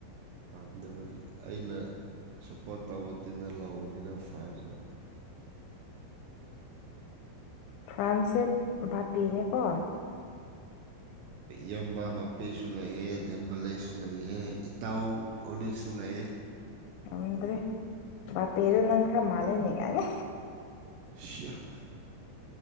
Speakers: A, on the right (about 80°); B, on the left (about 80°).
A: ꯄꯥꯝꯗꯕꯒꯤ ꯑꯩꯅ ꯁꯞꯄꯣꯔꯠ ꯇꯧꯕ ꯇꯤꯟꯅ ꯂꯧꯕꯅꯤꯅ ꯐ꯭ꯔꯥꯟꯁꯅ
B: ꯐ꯭ꯔꯥꯟꯁꯦ ꯕꯤꯅꯦ ꯀꯣ
A: ꯌꯕꯥ ꯕꯥꯞꯄꯤꯁꯨ ꯂꯩꯑꯦ ꯝꯚꯂꯩꯁꯨ ꯂꯩꯑꯌꯦꯦ ꯏꯇꯥꯎ ꯑꯣꯁ ꯇ ꯂꯩ
B: ꯑꯗ꯭ꯔꯦ ꯄꯦꯔꯅꯪꯈ꯭ꯔ ꯃꯥꯂꯦꯅꯤꯅꯦꯦ
A: ꯁꯦꯛꯦꯛ